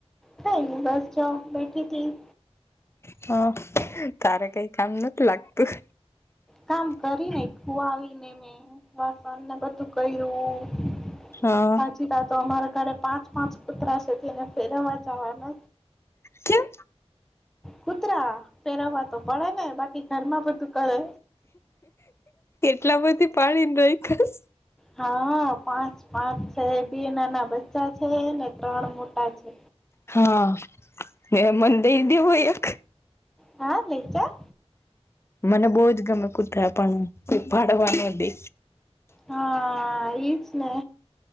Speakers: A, in the centre; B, on the left (about 25°).
A: કાઇ ની બસ જો બેઠી હતીથી.
B: હ તારે કઈ કામ નથી લાગતું.
A: કામ કરીનેું હુઆવીને મેં વાસણ ને બધું કર્યું.
B: હા
A: સાચી ત તો અમારા ઘરે પાંચ પાંચ કુતરા છે તેને ફેરવવા જવાનો
B: કેમ
A: કૂતરા ફેરવા તો પડે ને બાકી ઘરમાં બધું કરે
B: એટલા બધી પાડીને રાય ખાસ
A: હા પાંચ પાંચ છે બે નાના બચ્ચા છે ને ત્રણ મોટા છે
B: હા મે મન દઈ દે હો એક
A: હા લય જાઓ
B: મને બહુજ ગમે કુતરા પણ પાડવાનો દે
A: હા એ જ ને